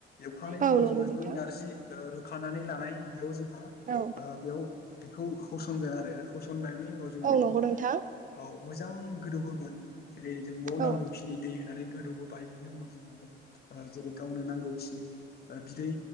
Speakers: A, on the left (about 50°); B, on the right (about 40°).
A: एवखांनायनि
B: औ
A: उनाव
B: नंगौ
A: जोङो
B: नोंथां
A: बय नारजि रुखानानै लानाय बेयाव जों ओ बेयाव
B: औ
A: बिखौ होसनगोन‌ आरो। संनायनि उनाव जोङो
B: औ
A: बेखौ
B: नंगौ नोंथां
A: औ मोजां गोदौहोगोन। जेरै जोंबाव
B: औ
A: नांगौखिनि दै होनानै गोदौहोब बाय बिनि उनाव जोङो ओ जेरै गावनो नांगौखिनि बिदै